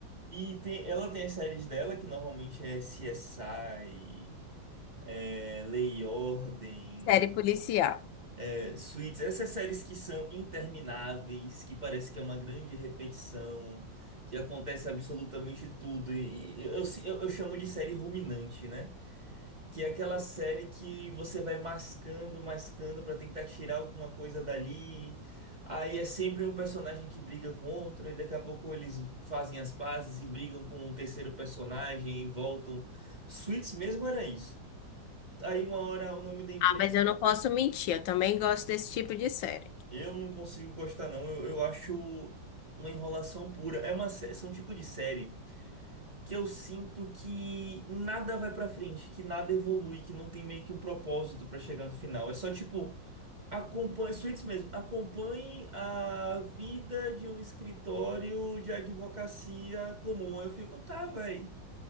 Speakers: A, on the right; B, on the left.
A: E tem, ela tem as séries dela, que normalmente é CSI, é, Lei e Ordem,
B: Série policial.
A: é, Suits, essas séries que são intermináveis, que parece que é uma grande repetição, que acontece absolutamente tudo. E, e eu, eu eu chamo de série ruminante, né? Que é aquela série que você vai mascando, mascando pra tentar tirar alguma coisa dali. Aí é sempre um personagem que briga com outro, e daqui a pouco eles fazem as pazes e brigam com o terceiro personagem e voltam. Suits mesmo era isso. Aí uma hora o nome da empresa.
B: Ah, mas eu não posso mentir, eu também gosto desse tipo de série.
A: Eu não consigo gostar, não. Eu, eu acho uma enrolação pura. É uma, sé- são um tipo de série que eu sinto que nada vai pra frente, que nada evolui, que não tem meio que um propósito pra chegar no final. É só tipo. Acompanhe, Suítes mesmo, acompanhe a vida de um escritório de advocacia comum. Eu fico, tá, velho.